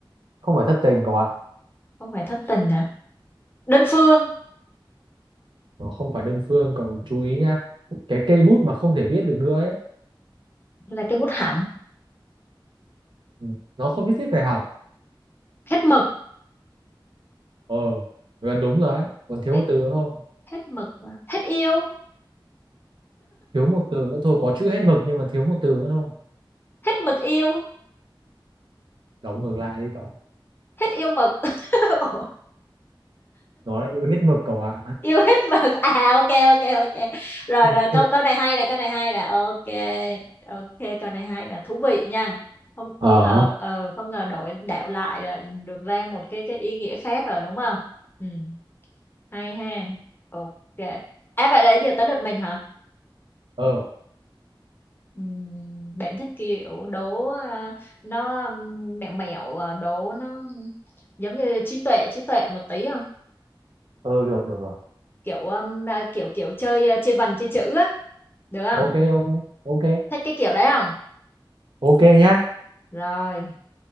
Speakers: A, on the right (about 70°); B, on the left (about 25°).
A: không phải thất tình cậu ạ
B: không phải thất tình hả đơn phương
A: nó không phải đơn phương cậu chú ý nhá cái cây bút mà không thể viết được nữa ấy
B: là cái bút hỏng
A: ừ, nó không nhất thiết phải học
B: hết mực
A: ờ gần đúng rồi đấy còn thiếu
B: hết
A: một từ nữa thôi
B: hết mực à? hết yêu
A: thiếu một từ nữa thôi có chữ hết mực nhưng mà thiếu một từ nữa thôi
B: hết mực yêu
A: đóng ngược lại đi cậu
B: hết yêu mực <laughs>
A: nó lại ư hết mực cậu ạ
B: yêu hết mực à ok ok ok rồi
A: <laughs>
B: rồi câu câu này hay nè câu này hay nè ok ok câu này hay nè thú vị nha không
A: ờ
B: không ngờ ờ, không ngờ đổi đạo lại là được ra một cái cái ý nghĩa khác rồi đúng không ừ hay ha ok à vậy là giờ tới lượt mình hả
A: ờ
B: Ừm, bạn thích kiểu đố ờ, nó ừm, mẹo mẹo ờ, đố nó ừm, giống như trí tuệ trí tuệ một tí không
A: ờ được được được
B: kiểu ừm, à, kiểu kiểu chơi ờ, chơi vần chơi chữ á được không
A: ok ok ok
B: Thích cái kiểu đấy không?
A: ok nhá
B: Rồi,